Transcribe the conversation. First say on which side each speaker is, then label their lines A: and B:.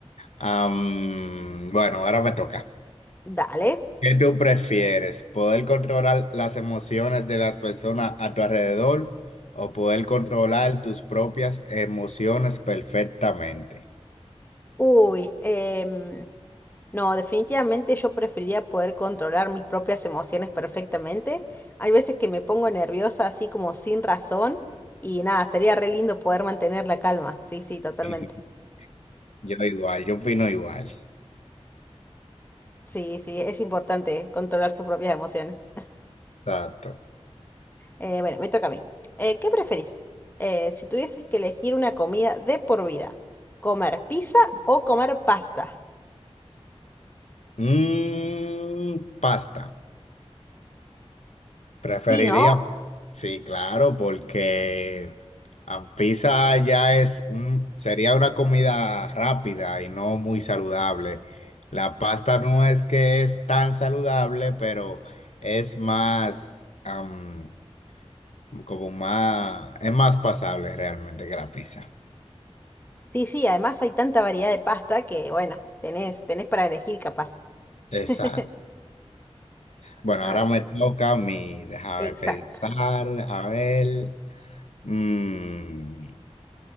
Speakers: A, on the left; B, on the left.
A: Am, bueno, ahora me toca.
B: Dale.
A: ¿Qué tú prefieres? ¿Poder controlar las emociones de las personas a tu alrededor o poder controlar tus propias emociones perfectamente?
B: Uy, em, no, definitivamente yo preferiría poder controlar mis propias emociones perfectamente. Hay veces que me pongo nerviosa así como sin razón y nada, sería re lindo poder mantener la calma. Sí, sí, totalmente.
A: <laughs> Yo igual, yo opino igual.
B: Sí, sí, es importante controlar sus propias emociones.
A: Exacto.
B: Eh, bueno, me toca a mí. Eh, ¿qué preferís? Eh, si tuvieses que elegir una comida de por vida, ¿comer pizza o comer pasta?
A: Mm, pasta. Preferiría,
B: Sí, ¿no?
A: sí, claro, porque la pizza ya es un, sería una comida rápida y no muy saludable. La pasta no es que es tan saludable, pero es más, am, como más, es más pasable realmente que la pizza.
B: Sí, sí, además hay tanta variedad de pasta que, bueno, tenés, tenés para elegir capaz.
A: Exacto.
B: <laughs>
A: Bueno,
B: Ah,
A: ahora me toca a mí, déjame
B: exacto.
A: pensar, a ver, mm,